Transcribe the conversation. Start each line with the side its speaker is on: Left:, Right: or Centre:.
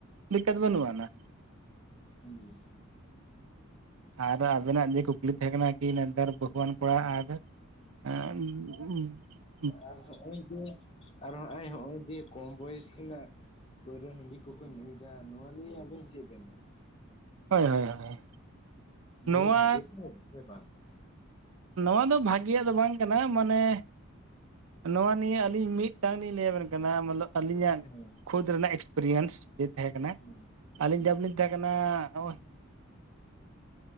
Right: ᱫᱤᱠᱠᱟᱹᱛ ᱵᱟᱹᱱᱩᱜ ᱟᱱᱟ᱾
Left: ᱦᱩᱸ᱾
Right: ᱟᱨ ᱟᱵᱮᱱᱟᱜ ᱡᱮ ᱠᱩᱠᱞᱤ ᱛᱟᱦᱮᱸ ᱠᱟᱱᱟ ᱠᱤ ᱱᱮᱛᱟᱨ ᱵᱟᱹᱦᱩᱣᱟᱱ ᱠᱚᱲᱟ ᱟᱨ <unintelligible>
Left: ᱟᱨ ᱦᱚᱸᱜᱼᱚᱭ ᱡᱮ, ᱟᱨ ᱦᱚᱸᱜᱼᱚᱭ ᱦᱚᱸᱜᱼᱚᱭ ᱡᱮ ᱠᱚᱢ ᱵᱚᱭᱮᱥ ᱠᱷᱚᱱᱟᱜ ᱯᱟᱹᱣᱨᱟᱹ ᱦᱟᱺᱰᱤ ᱠᱚᱠᱚ ᱧᱩᱭᱫᱟ, ᱱᱚᱣᱟ ᱱᱤᱭᱟᱹ ᱟᱵᱮᱱ ᱪᱮᱜ ᱵᱮᱱ ᱢᱮᱱᱟ?
Right: ᱦᱳᱭ ᱦᱳᱭ ᱦᱳᱭ
Left: ᱧᱩ
Right: ᱱᱚᱣᱟ
Left: ᱵᱷᱟᱜᱮ <inaudible> ᱥᱮ ᱵᱟᱝ?
Right: ᱱᱚᱣᱟ ᱫᱚ ᱵᱷᱟᱜᱮᱭᱟᱜ ᱫᱚ ᱵᱟᱝ ᱠᱟᱱᱟ ᱢᱟᱱᱮ ᱱᱚᱣᱟ ᱱᱤᱭᱟᱹ ᱟᱹᱞᱤᱧ ᱢᱤᱫᱴᱟᱝ ᱞᱤᱧ ᱞᱟᱹᱭᱟᱵᱮᱱ ᱠᱟᱱᱟ ᱢᱚᱛᱞᱚᱵ ᱟᱹᱞᱤᱧᱟᱜ
Left: ᱦᱮᱸ
Right: ᱠᱷᱩᱫᱽ ᱨᱮᱱᱟᱜ ᱮᱠᱥᱯᱮᱨᱤᱭᱮᱱᱥ ᱡᱮ ᱛᱟᱦᱮᱸ ᱠᱟᱱᱟ,
Left: ᱦᱩᱸ
Right: ᱟᱹᱞᱤᱧ
Left: ᱦᱩᱸ
Right: ᱡᱟᱵᱞᱤᱧ ᱛᱟᱦᱮᱸ ᱠᱟᱱᱟ <inaudible>